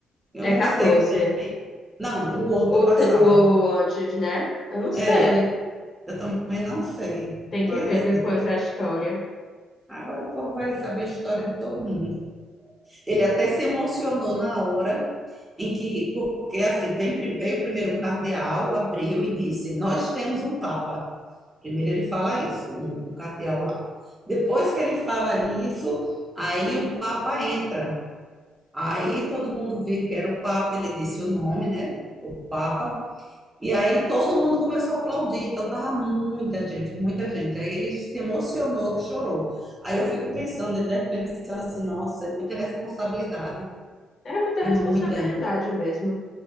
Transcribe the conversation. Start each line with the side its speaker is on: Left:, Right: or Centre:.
Right: Eu
Left: É
Right: não
Left: 14.
Right: sei bem. Não, o outro
Left: O,
Right: passava.
Left: te- o, o antes, né? Eu não sei.
Right: É, Eu também não sei,
Left: Tem
Right: mas
Left: que ver depois
Right: de-
Left: a história.
Right: agora o povo vai saber a história de todo mundo. Ele até se emocionou na hora em que, porque assim, vem pri- veio primeiro um cardeal, abriu e disse: Nós temos um papa. Primeiro ele fala isso, o, o cardeal lá. Depois que ele fala isso, aí o papa entra. Aí todo mundo viu que era o papa, ele disse o nome, né? O papa. E aí todo mundo começou a aplaudir, então tava muita gente, muita gente. Aí ele se emocionou que chorou. Aí eu fico pensando, ele deve pensar assim, nossa, é muita responsabilidade,
Left: É muita
Right: é
Left: responsabilidade
Right: muita.
Left: mesmo.